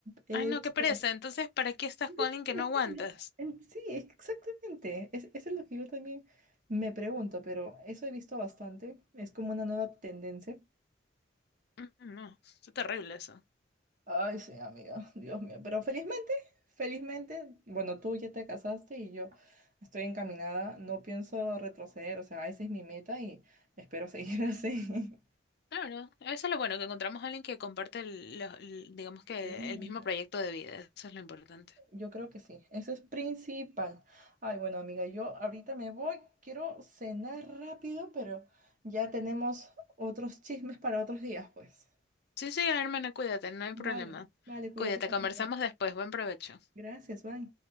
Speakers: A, on the right; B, on the left.
A: Eh,
B: Ay no, qué
A: so-
B: pereza, entonces, ¿para qué estás
A: <laughs>
B: con alguien que no aguantas?
A: en- Sí, exactamente. Es, eso es lo que yo también me pregunto, pero eso he visto bastante. Es como una nueva tendencia.
B: Mm, No, es terrible eso.
A: Ay, sí, amiga, <laughs> Dios mío. Pero felizmente, felizmente, bueno, tú ya te casaste y yo estoy encaminada, no pienso retroceder, o sea, esa es mi meta y espero seguir <laughs> así.
B: Claro, eso es lo bueno, que encontramos a alguien que comparte, el- lo- el- digamos que
A: Sí.
B: el mismo proyecto de vida. Eso es lo importante.
A: Yo creo que sí, eso es principal. Ay, bueno, amiga, yo ahorita me voy, quiero cenar rápido, pero ya tenemos otros chismes para otros días, pues.
B: Sí, sí, hermana, cuídate, no hay
A: Vale.
B: problema.
A: Vale, cuídate,
B: Cuídate,
A: Paquita.
B: conversamos después. Buen provecho.
A: Gracias, bye.